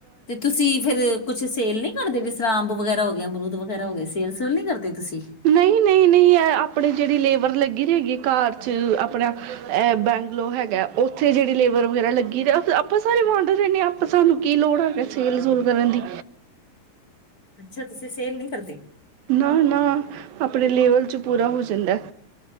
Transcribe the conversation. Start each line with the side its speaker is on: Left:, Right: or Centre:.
Left: ਤੇ ਤੁਸੀਂ ਫੇਰ ਕੁਛ ਸੇਲ ਨੀ ਕਰਦੇ ਜਿਸ ਤਰਾਂ ਅੰਬ ਵਗੈਰਾ ਹੋ ਗਿਆ ਅਰੂਦ ਵਗੈਰਾ ਹੋ ਗਿਆ ਸੀ। ਸੇਲ ਸੁਲ ਨਹੀਂ ਕਰਦੇ। ਤੁਸੀਂ?
Right: ਨਹੀਂ ਨਹੀਂ ਨਹੀਂ, ਏਹ ਆਪਣੇ ਜਿਹੜੀ ਲੇਬਰ ਲੱਗ ਗੀ ਰੇਗੀ ਘਰ ਚ ਆਪਣਾ ਬੈਂਗਲੋ ਹੈਗਾ ਐ। ਉੱਥੇ ਜਿਹੜੀ ਲੇਬਰ ਵਗੈਰਾ ਲੱਗੀ ਦਾ, ਆਪਾਂ ਸਾਰੇ ਵਾਡੇ ਰਹਿੰਨੇ ਆਂ। ਆਪਾਂ ਸਾਨੂੰ ਕੀ ਲੋੜ ਹੈਗਾ ਸੇਲ ਸੂਲ ਕਰਨ ਦੀ।
Left: ਅੱਛਾ ਤੁਸੀਂ ਸੇਲ ਨਹੀਂ ਕਰਦੇ।
Right: ਨਾ ਨਾ, ਆਪਣੇ ਲੇਵਲ ਚ ਪੂਰਾ ਹੋ ਜਂਦੈ।